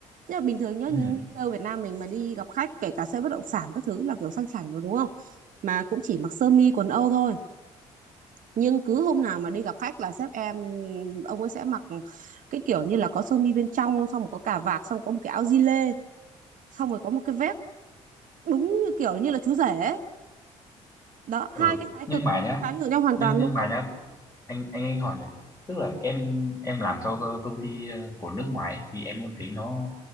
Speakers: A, on the right; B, on the left.
A: chứ là bình thường nhá
B: ừ.
A: như, như sale Việt Nam mình mà đi gặp khách kể cả sale bất động sản các thứ là kiểu sang chảnh rồi đúng không mà cũng chỉ mặc sơ mi quần âu thôi nhưng cứ hôm nào mà đi gặp khách là sếp em ông ấy sẽ mặc cái kiểu như là có sơ mi bên trong xong rồi có cà vạt xong có một cái áo gi lê xong rồi có một cái vest đúng như kiểu như là chú rể ấy. đó
B: ừ
A: hai cái thái
B: nhưng
A: cực
B: mà
A: nó
B: nhá
A: trái ngược nhau hoàn
B: nhưng
A: toàn luôn
B: nhưng mà nhá anh anh anh hỏi này tức là em em làm cho cơ- công ty ờ, của nước ngoài ấy, thì em có thấy nó